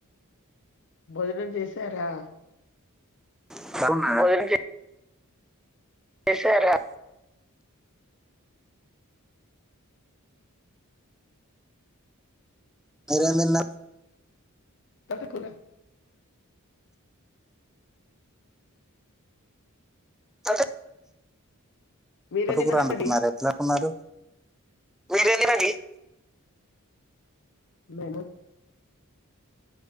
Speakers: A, on the left (about 60°); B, in the centre.
A: భోజనం చేసారా,
B: <unintelligible> చేశారా మీరేం తిన్నారు,
A: తోటకూర
B: అంటే
A: మీరేం
B: తోటకూర
A: తిన్నారండి
B: వండుకున్నారా, ఎట్లా వండుకున్నారు. <unintelligible>
A: నేనేం